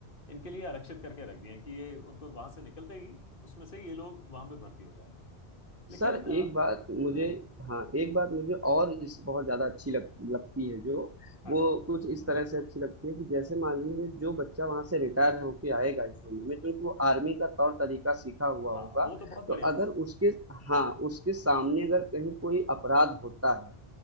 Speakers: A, on the left; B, on the right.
A: इनके लिए आरक्षित करके रख दिए हैं कि ये उनको वहां से निकलते ही उसमें से ये लोग वहां पे भर्ती हो जाएंगे लेकिन
B: सर
A: अ,
B: एक बात मुझे
A: हम्म
B: हाँ एक बात मुझे और इस बहुत ज़्यादा अच्छी लग लगती है जो,
A: हाँ
B: वो
A: जी
B: कुछ इस तरह से अच्छी लगती है कि जैसे मानिए जो बच्चा वहाँ से रिटायर होके आएगा इस उम्र में क्योंकि वो आर्मी का तौर-तरीका सीखा हुआ
A: हाँ
B: होगा,
A: वो तो बहुत बढ़िया
B: तो अगर
A: बात है
B: उसके हाँ, उसके सामने अगर कहीं कोई अपराध होता है,